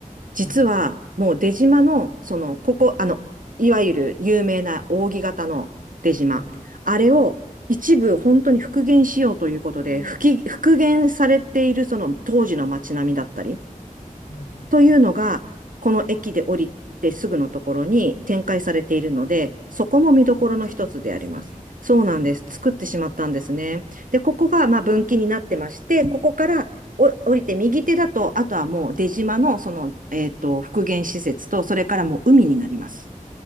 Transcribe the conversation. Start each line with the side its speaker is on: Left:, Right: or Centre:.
Left: はい、
Right: 実は、もう出島の、その、ここ、あの、いわゆる有名な扇形の出島。
Left: はい。
Right: あれを一部本当に復元しようということで、
Left: ええ、
Right: 復帰復元されているその当時の街並みだったり、
Left: はい、はい、
Right: というのが、
Left: はい。
Right: この駅で降りてすぐのところに展開されているので、そこも見どころの一つであります。
Left: ああ、もう作っちゃったんですね。
Right: そうなんです。
Left: へえ、
Right: 作ってしまったんですね。で、ここがまあ分岐になってまして、
Left: すごい。
Right: ここからお降りて右手だと、
Left: はい、
Right: あとはもう出島のその、えっと、復元施設と、それからもう海になります。